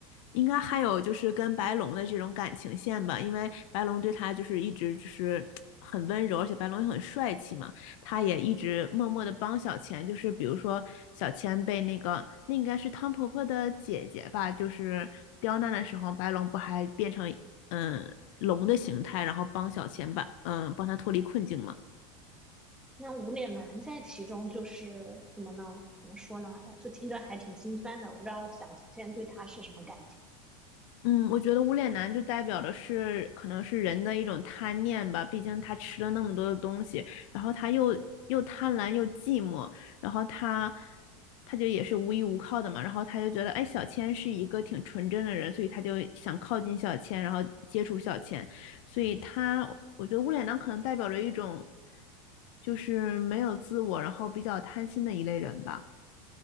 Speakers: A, on the left; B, in the centre.
A: 应该还有就是跟白龙的这种感情线吧，因为白龙对他就是一直就是很温柔，而且白龙也很帅气嘛，他也一直默默的帮小千，就是比如说小千被那个那应该是汤婆婆的姐姐吧，就是刁难的时候，白龙不还变成嗯龙的形态，然后帮小千把嗯帮他脱离困境嘛，
B: 那无脸男在其中就是怎么呢？怎么说呢？哎就听着还挺心酸的。我不知道小倩对他是什么感情，
A: 嗯，我觉得无脸男就代表的是可能是人的一种贪念吧，毕竟他吃了那么多的东西，然后他又又贪婪又寂寞，然后他他就也是无依无靠的嘛，然后他就觉得哎，小千是一个挺纯真的人，所以他就想靠近小千，然后接触小千，所以他我觉得无脸男可能代表着一种就是没有自我，然后比较贪心的一类人吧。